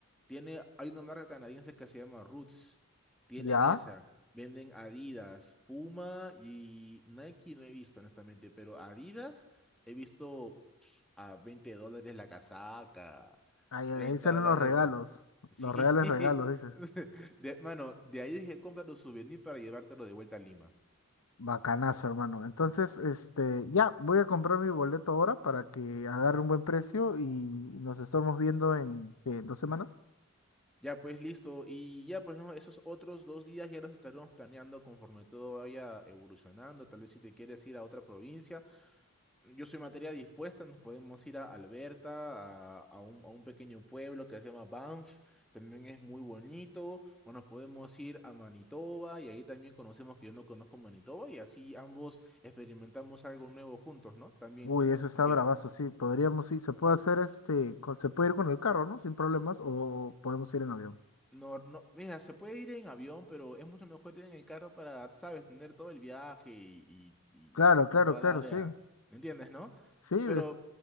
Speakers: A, in the centre; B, on the left.
A: Tiene, hay una marca canadiense que se llama Roots. Tienen
B: ¿Ya?
A: esa. Venden Adidas, Puma y Nike no he visto, honestamente, pero Adidas he visto a 20 dólares la casaca,
B: Ahí, ahí
A: 30
B: salen
A: dólares
B: los regalos,
A: el... Sí.
B: los reales regalos, dices.
A: <laughs> De, mano, de ahí dije, comprar un souvenir para llevártelo de vuelta a Lima.
B: Bacanazo, hermano. Entonces, este, ya, voy a comprar mi boleto ahora para que agarre un buen precio y nos estamos viendo en, ¿qué? dos semanas.
A: Ya pues listo, y ya pues no, esos otros dos días ya los estaremos planeando conforme todo vaya evolucionando, tal vez si te quieres ir a otra provincia, yo soy materia dispuesta, nos podemos ir a Alberta, a, a un, a un pequeño pueblo que se llama Banff, también es muy bonito, o nos podemos ir a Manitoba y ahí también conocemos que yo no conozco Manitoba y así ambos experimentamos algo nuevo juntos, ¿no? También,
B: Uy,
A: si,
B: eso está
A: si quieres.
B: bravazo, sí. Podríamos, sí, se puede hacer este, con- se puede ir con el carro, ¿no? Sin problemas, o podemos ir en avión.
A: No, no, mira, se puede ir en avión, pero es mucho mejor ir en el carro para, sabes, tener todo el viaje y, y, y-
B: Claro, claro,
A: y toda
B: claro,
A: la área.
B: sí.
A: ¿Me entiendes, no?
B: Sí, de-
A: Pero,